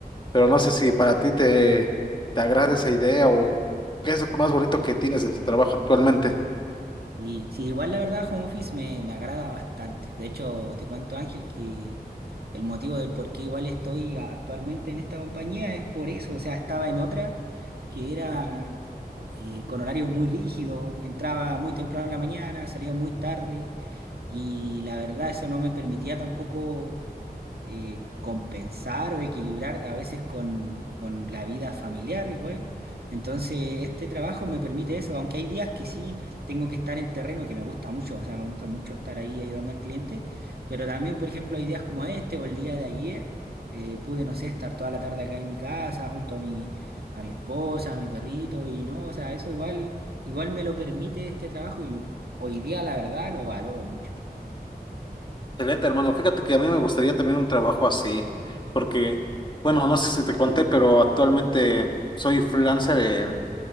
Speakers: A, on the left; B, on the right.
A: pero no sé si para ti te, te agrada esa idea o qué es lo más bonito que tienes de tu trabajo actualmente.
B: Y sí, igual la verdad, home office me, me agrada bastante. De hecho, te cuento, Ángel, que el motivo del por qué igual estoy a- actualmente en esta compañía es por eso. O sea, estaba en otra que era eh, con horarios muy rígidos, entraba muy temprano en la mañana, salía muy tarde y la verdad eso no me permitía tampoco eh, compensar o equilibrar a veces con, con la vida familiar igual. Entonces, este trabajo me permite eso, aunque hay días que sí tengo que estar en terreno, que me gusta mucho, o sea, me gusta mucho estar ahí ayudando al cliente, pero también, por ejemplo, hay días como este o el día de ayer, eh, pude, no sé, estar toda la tarde acá en mi casa junto a mi a mi esposa, a mi perrito, y no, o sea, eso igual, igual me lo permite este trabajo y hoy día la verdad lo valoro mucho.
A: Excelente, hermano. Fíjate que a mí me gustaría también un trabajo así, porque, bueno, no sé si te conté, pero actualmente soy freelancer en